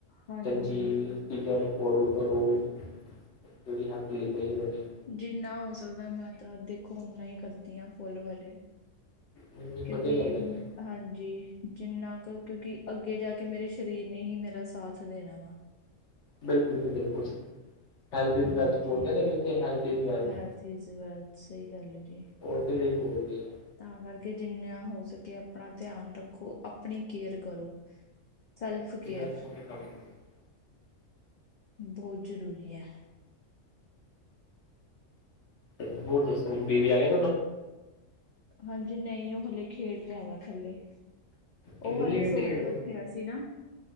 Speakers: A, on the left; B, on the left.
A: ਹਾਂਜੀ
B: ਚੰਗੀ ਚੀਜ਼ਾਂ ਨੂੰ ਫੋਲੋ ਕਰੋ ਜਿਹੜੀ ਹੈਲਥ ਲਈ ਸਹੀ ਰਵੇ।
A: ਜਿੰਨਾ ਹੋ ਸਕਦਾ ਮੈਂ ਤਾਂ ਦੇਖੋ ਓਨਾ ਹੀ ਕਰਦੀ ਹਾਂ ਫੋਲੋ ਹਾਲੇ।
B: ਨਹੀਂ ਨਹੀਂ
A: ਕਿਉਂਕਿ
B: ਵਧੀਆ ਗੱਲ ਹੈ ਜੀ
A: ਹਾਂਜੀ ਜਿੰਨਾ ਕੁ ਕਿਉਂਕਿ ਅੱਗੇ ਜਾ ਕੇ ਮੇਰੇ ਸਰੀਰ ਨੇ ਹੀ ਮੇਰਾ ਸਾਥ ਦੇਣਾ ਵਾ।
B: ਬਿਲਕੁਲ ਜੀ ਬਿਲਕੁਲ। ਹੈਲਥ ਇੰਜ
A: ਹਾਂਜੀ,
B: ਵੈਲਥ ਬੋਲਦੇ ਕਿਉਂਕਿ health is wealth
A: health is wealth ਸਹੀ ਗੱਲ ਹੈ ਜੀ।
B: ਉਹਦੇ ਲਈ ਬੋਲਦੇ ਆ।
A: ਤਾਂ ਕਰਕੇ ਜਿੰਨਾ ਹੋ ਸਕੇ ਆਪਣਾ ਧਿਆਨ ਰੱਖੋ। ਆਪਣੀ ਕੇਅਰ ਕਰੋ ਸੈਲਫ
B: ਜਿਵੇਂ
A: ਕੇਅਰ
B: ਅੱਖੋਂ ਵੀ ਕੰਮ ਚਲੋ
A: ਬਹੁਤ ਜ਼ਰੂਰੀ ਹੈ।
B: ਚਲੋ ਹੋਰ ਦੱਸੋ ਬੇਵੀ ਆ ਗਏ
A: ਹਾਂਜੀ ਨਹੀਂ ਉਹ ਹਲੇ ਖੇਡ ਰਿਹਾ ਵਾ ਥੱਲੇ ਉਹ
B: ਇੰਨੀ
A: ਹਾਲੇ
B: ਲੇਟ
A: ਸੌ
B: ਤੇ ਖੇਡਦਾ
A: ਕੇ ਉੱਠਿਆ ਸੀ ਨਾ